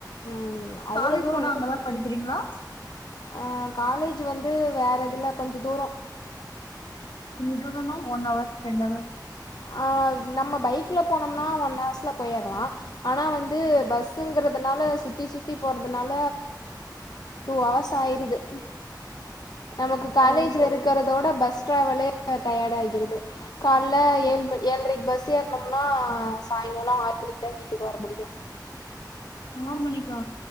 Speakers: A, on the left (about 65°); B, on the left (about 80°).
A: ம் அவ்ளோ
B: காலேஜ்
A: தூரோ
B: கூட
A: இல்ல
B: அங்கதா
A: கொஞ்ச
B: படிக்குறீங்களா
A: ஆ காலேஜ் வந்து வேற இதுல கொஞ்ச தூரோ
B: கொஞ்சதூரனா ஒன் அவர்ஸ் ரெண்ட் அவர்ஸ்
A: ஆ நம்ம பைக்குல போனோம்னா ஒன் அவர்ஸ்ல போய்றலா ஆனா வந்து பஸ்ங்கிறதுனால சுத்தி சுத்தி போறதுனால டூ அவர்ஸ் ஆயிருது நமக்கு காலேஜ்ல
B: ஓ
A: இருக்குறதோட பஸ் பஸ்ட்ராவலே டயர்ட் ஆக்கிடுது கால்ல ஏழு மணி ஏழரைக்கு பஸ் ஏறுனம்னா சாயங்காலோ ஆறு மணிக்கு தா வீட்டுக்கு வர முடியு
B: ஆறு மணிக்கா